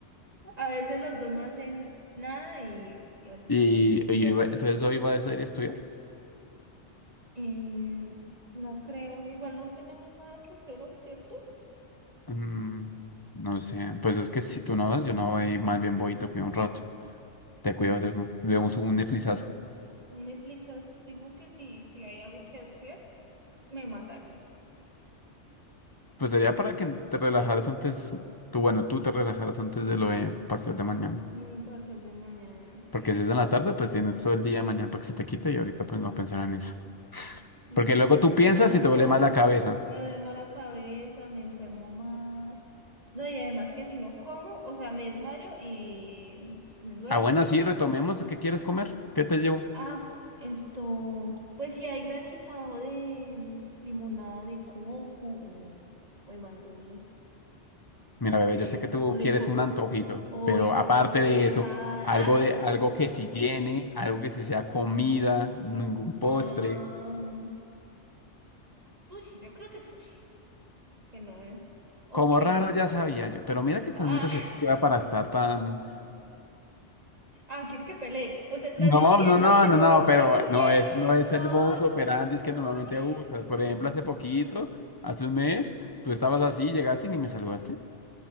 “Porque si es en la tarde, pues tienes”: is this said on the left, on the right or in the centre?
Left